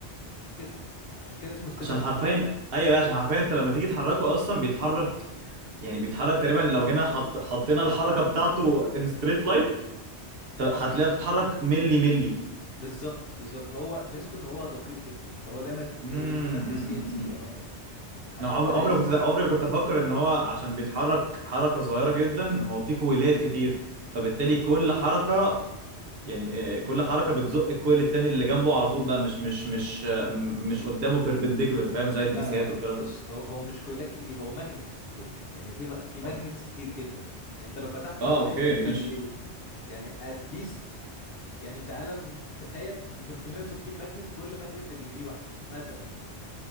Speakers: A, on the left; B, on the right.
A: ستيب عشان كده اسمه ستيبر
B: عشان حرفيا
A: موتور
B: ايوه عشان حرفيا انت لما تيجي تحركه اصلا بيتحرك يعني بيتحرك تقريبا لو جينا حط حطينا الحركه بتاعته ان ستريت لاين هتلاقيها بتتحرك ملي ملي
A: بالظبط بالظبط هو ميزته ان هو دقيق جدا فهو دايما تلاقيه
B: امم
A: بيستخدم في السي ان سي او حاجة عشان
B: انا عمري
A: انت عايز
B: عمري كنت عمري ما كنت افكر ان هو عشان بيتحرك حركه صغيره جدا هو في كويلات كتير فبالتالي كل حركه يعني آه، كل حركه بتزق الكويل التاني اللي جنبه على طول بقى مش مش مش آه، مش قدامه بيربنديكولر فاهم زي الديسيهات
A: لا لا
B: والكلام
A: بص
B: ده
A: هو هو مش كويلات كتير هو ماجنتس كتير يعني في م- في ماجنتس
B: أوك-
A: كتير جدا يعني انت لو فتحته
B: اه
A: هتلاقي
B: اوكي
A: فيه
B: ماشي
A: يعني اتليست يعني تعالى نتخيل 360 ماجنت كل ماجنت لديجري واحده مثلا يعني